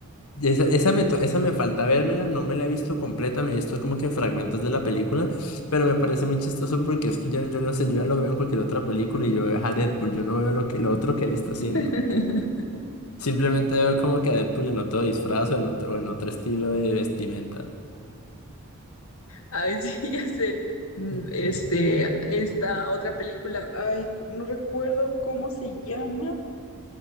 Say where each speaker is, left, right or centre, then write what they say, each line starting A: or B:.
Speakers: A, on the left; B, on the left.
A: Y Esa, esa, me, to- esa me falta vérmela, no me la he visto completa, me he visto como que fragmentos de la película, pero me parece muy chistoso porque es que yo, yo no sé, yo ya lo veo en cualquier otra película y yo veo a Deadpool, yo no veo lo que, lo otro que él está haciendo.
B: <laughs>
A: Simplemente veo como que a Deadpool en otro disfraz o en otro, o en otro estilo de vestimenta.
B: Ay, sí, ya sé. Mm,
A: Mm,
B: Este, esta otra película, ay, co- no recuerdo cómo se llama.